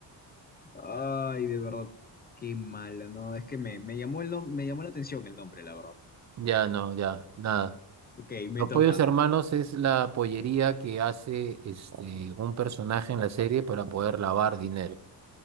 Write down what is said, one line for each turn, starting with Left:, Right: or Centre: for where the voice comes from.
Left: Ay, de verdad, qué mala, no. Es que me, me llamó el nom- me llamó la atención el nombre, la verdad.
Right: Ya no, ya, nada.
Left: Ok, me
Right: Los
Left: toca.
Right: Pollos Hermanos es la pollería que hace este, un personaje en la serie para poder lavar dinero.